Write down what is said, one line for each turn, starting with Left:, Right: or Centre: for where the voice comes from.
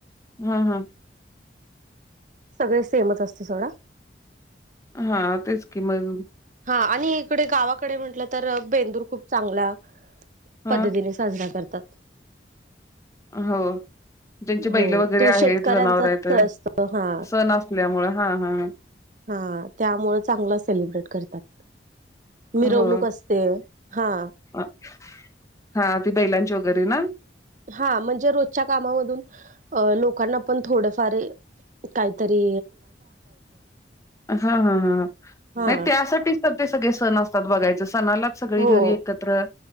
Left: हम्म हम्म
Right: सगळे सेमच असते सोडा.
Left: हा तेच कि मगं
Right: हा आणि इकडे गावाकडे म्हटलं तर, बेंदूर खूप चांगल्या पद्धतीने
Left: हा
Right: साजरा करतात.
Left: हो ज्यांची
Right: हो
Left: बैले वगैरे
Right: तो
Left: आहेत,
Right: शेतकऱ्यांचाच
Left: जनावर आहेत ते
Right: असतो हा
Left: सण असल्यामुळे, हा हा.
Right: हा त्यामुळं चांगलं सेलिब्रेट करतात. मिरवणूक
Left: हो
Right: असते, हा.
Left: हा, ती बैलांची वगैरे ना?
Right: हा म्हणजे रोजच्या कामामधून अ लोकांना पण थोडंफार हं काही तरी
Left: हा हा ह,
Right: हा
Left: नाही त्यासाठी चं ते सगळे सण असतात बघायच, सणालाच सगळी
Right: हो
Left: घरी एकत्र